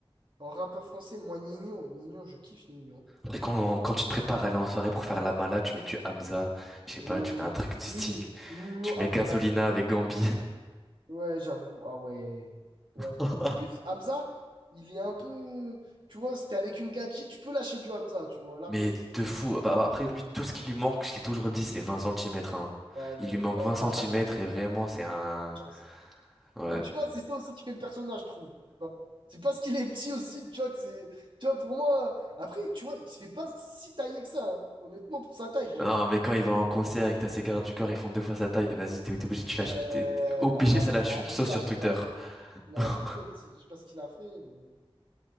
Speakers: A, on the right; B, in the centre.
A: en rappeur français, moi, Nino, Nino, je kiffe Nino.
B: Après quand quand tu te prépares à aller en soirée pour faire la mala, tu mets du Hamza, je sais
A: Oui,
B: pas, tu mets un truc du style,
A: oui, Nino,
B: tu mets
A: Hamza,
B: Gasolina avec Gambi.
A: ouais, j'avoue, ah ouais, ouais, ouais.
B: <laughs>
A: Mais En plus, Hamza, il est un peu, tu vois, si t'es avec une gadji, tu peux lâcher du Hamza, tu vois, largement.
B: Mais de fou. ah Bah, après, lui, tout ce qui lui manque, je l'ai toujours dit, c'est 20 centimètres. Hein.
A: Ouais, ouais,
B: Il lui manque
A: ouais,
B: 20 centimètres
A: il a pas de chance. pas
B: et vraiment, c'est un.
A: de chance.
B: Ouais.
A: Mais tu vois, c'est ça aussi qui fait le personnage, je trouve. Tu vois. C'est parce qu'il est petit aussi, tu vois, que c'est. Tu vois, pour moi. Après, tu vois, il se fait pas si tailler que ça, hein. Honnêtement, pour sa taille, bon.
B: Non, mais quand il va en concert et que t'as ses gardes du corps, ils font deux fois sa taille, vas-y, t'es t'es obligé, tu lâches
A: Ouais,
B: une. T'es t'es obligé,
A: non, après,
B: ça lâche
A: il a
B: une
A: abusé,
B: sauce sur
A: Hamza.
B: Twitter.
A: Il a abusé
B: <laughs>
A: aussi. Je sais pas ce qu'il a fait, mais...